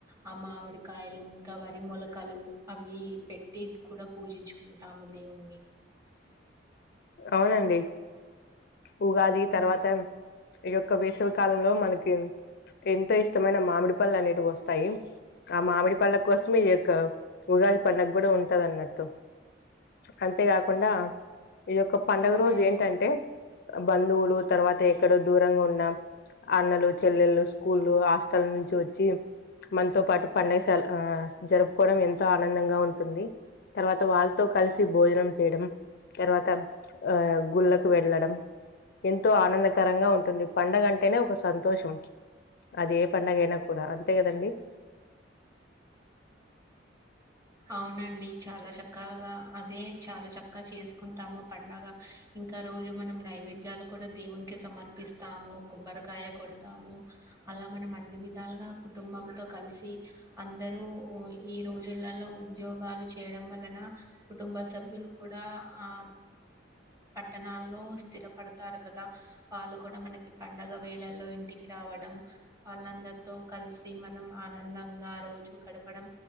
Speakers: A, on the right; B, on the left.
A: ఆ మామిడికాయలు ఇంకా వరి మొలకలు అవి పెట్టి కూడా పూజించుకుంటాము దేవున్ని.
B: అవునండి ఉగాది తర్వాత
A: ఇంకా
B: ఇగ ఒక వేసవి కాలంలో మనకి ఎంతో ఇష్టమైన మామిడి పళ్ళు అనేటివి వస్తాయి. ఆ మామిడి పళ్ళ కోసం ఈ యొక్క ఉగాది పండగ గూడ ఉంటది. అన్నట్టు అంతేకాకుండా ఇదియొక్క పండుగ
A: అవునండి
B: రోజు ఏంటంటే బంద్ బంధువులు తర్వాత ఎక్కడో దూరంగా ఉన్న అన్నలు, చెల్లెల్లు, స్కూళ్లు హాస్టల్ నుంచి వచ్చి మనతో పాటు పండగ సేల్ ఆ జరుపుకోవడం ఎంతో ఆనందంగా ఉంటుంది. తర్వాత వాళ్ళతో కలిసి భోజనం చేయడం. తర్వాత్ ఆ గుళ్ళకు వెళ్ళడం ఎంతో ఆనందకరంగా ఉంటుంది. పండగ అంటేనే ఒక సంతోషం. అది ఏ పండగైనా న కూడా అంతే కదండి
A: అవునండి చాలా చక్కగా అదే చాలా చక్కగా చేసుకుంటాము. పండగ ఇంకా రోజు మనం నైవేద్యాలు కూడా దేవునికి సమర్పిస్తాము. కొబ్బరికాయ కొడతాము. అలా మనం అన్ని విద్ లుగా కుటుంబంతో కలిసి అందరూ ఈ రోజులలో ఉద్యోగాలు చేయడం వలన, కుటుంబ సభ్యులు కూడా ఆ పట్టణాల్లో స్థిరపడతారు. కదా వాళ్ళు కూడా మనకి పండగ వేళల్లో ఇంటికి రావడం. వాళ్ళందరు తో కలిసి మనం ఆనందంగా ఆ రోజు గడపడం